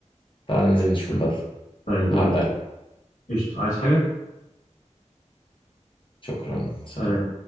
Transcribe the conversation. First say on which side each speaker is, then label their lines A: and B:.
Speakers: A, on the left; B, on the left.
A: تعال ننزل نشوف البدله
B: طيب يلا
A: هعدي عليك
B: قشطة عايز حاجه
A: شكرا سلام
B: سلام